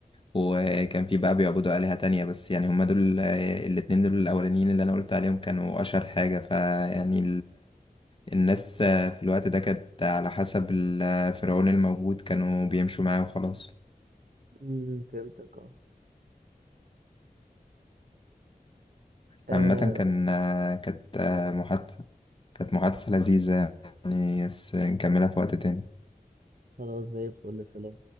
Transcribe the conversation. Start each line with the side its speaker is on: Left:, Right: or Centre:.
Left: وكان في بقى بيعبدوا آلهة تانية بس يعني هم دول الاتنين دول الاولانيين اللي انا قلت عليهم كانوا اشهر حاجة فيعني الناس آه، في الوقت ده كانت على حسب الفرعون الموجود كانوا بيمشوا معاه وخلاص
Right: امم فهمتك اه آه،
Left: عامة كان آه، كانت آه، محادثة كانت محادثة لذيذة يعني بس نكملها في وقت تاني
Right: خلاص زي الفل سلام